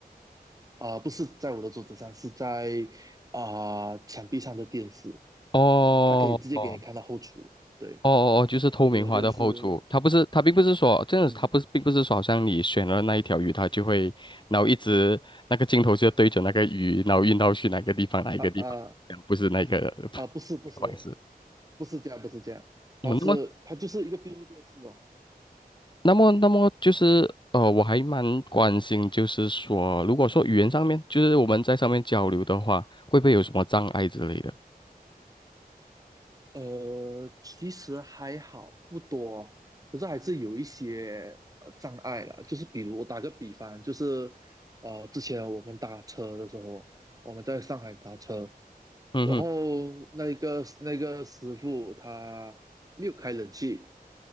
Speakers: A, on the right (about 20°); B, on the left (about 30°).
A: 啊、不是在我的桌子上，是在啊、墙壁上的电视，
B: 哦哦
A: 它可以直接给你看到后厨。对
B: 哦哦，就是透明化的后厨，
A: 对，我觉得是，
B: 它不是它并不是说这样子，
A: 嗯，
B: 它不是并不是说好像你选了那一条鱼，它就会然后一直那个镜头就对着那个鱼，然后运到去哪个地方哪一个地方，
A: 啊啊
B: 这样不是那个 <laughs> 那个方式。
A: 啊，不是不是不是这样，不是这样，它是它就是一个闭路电视哦。
B: 我那么那么，那么就是呃，我还蛮关心，就是说，如果说语言上面，就是我们在上面交流的话，会不会有什么障碍之类的？
A: 呃，其实还好，不多，可是还是有一些呃障碍了。就是比如我打个比方，就是呃，之前我们打车的时候，我们在上海打车，
B: 嗯哼，
A: 然后那个那个师傅他没有开冷气，